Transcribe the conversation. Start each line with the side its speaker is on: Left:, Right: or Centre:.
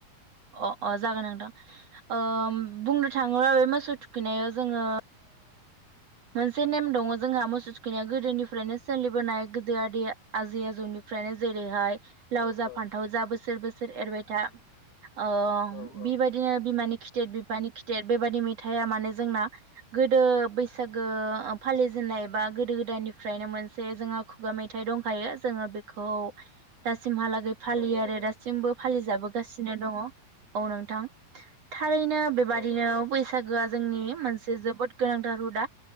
Right: अ अ जागोन नोंथां ओ बुंनो थाङो आरो बे मोसौ थुखैनायाव जोङो मोनसे नेम दङ जोंहा मोसौ थुखैनायाव गोदोनिफ्रायनो सोलिबोनाय गोदो आदै आजै आजौनिफ्रायनो जेरैहाय लाव
Left: औ
Right: जा
Left: औ
Right: फान्थाव जा बोसोर बोसोर एरबाय था अ
Left: औ औ
Right: बिबायदिनो बिमानि खि खिथेर बिफानि खिथेर बेबादि मेथाइआ मानो जोंना गोदो बैसागो फालिजेननाय बा गोदो गोदायनिफ्रायनो मोनसे जोंहा खुगा मेथाइ दंखायो जोङो बे खौ दासिमहालागै फालियो
Left: नंगौ
Right: आरो
Left: नंगौ
Right: दासिमबो फालि जाबो गासिनो दङ औ नोंथां थारैनो बेबादिनो
Left: औ नंगौ
Right: बैसागोआ जोंनि मोनसे जोबोद गोनांथार हुदा